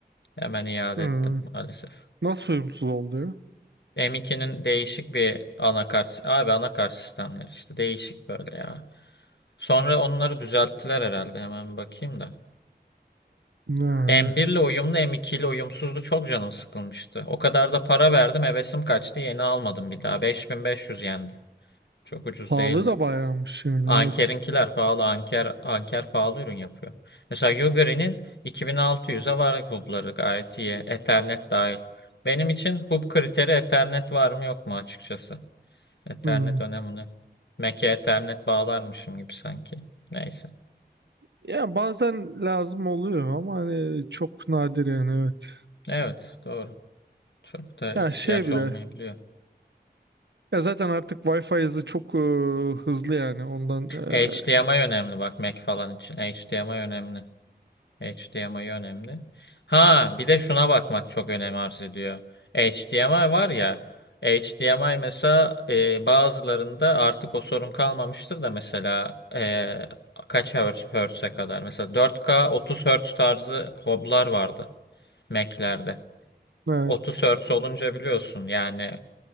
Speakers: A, on the left; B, on the right.
A: Hemen iade
B: hmm,
A: ettim maalesef.
B: nasıl uyumsuz oluyor?
A: M2'nin değişik bir anakart. Abi anakart sistemleri işte değişik böyle ya. Sonra onları düzelttiler herhalde. Hemen bir bakayım da.
B: Yani
A: E, M1 ile uyumlu, M2 ile uyumsuzdu. Çok canım sıkılmıştı. O kadar da para verdim, hevesim kaçtı. Yeni almadım bir daha. 5500 yendi. Çok ucuz
B: pahalı
A: değildi.
B: da bayağımış yani
A: Anker'inkiler
B: evet.
A: pahalı. Anker Anker pahalı ürün yapıyor. Mesela Yuguri'nin 2600'e var hubları gayet iyi. Ethernet dahil. Benim için hub kriteri Ethernet var mı yok mu açıkçası. Ethernet
B: Hmm.
A: önemli. Mac'e Ethernet bağlarmışım gibi sanki. Neyse.
B: Ya bazen lazım oluyor ama hani çok nadir yani evet.
A: Evet, doğru. Çok da ihtiyaç
B: Ee, ya şey bile
A: olmayabiliyor.
B: ya zaten artık Wi-Fi hızı çok e, hızlı yani ondan e,
A: HDMI önemli bak Mac falan için. HDMI önemli. HDMI önemli. Ha bir de şuna bakmak çok önem arz ediyor. HDMI var ya. HDMI mesela e, bazılarında artık o sorun kalmamıştır da mesela e, kaç hertz, hertz'e kadar mesela 4K 30 hertz tarzı hoblar vardı Mac'lerde.
B: he,
A: 30 hertz olunca biliyorsun yani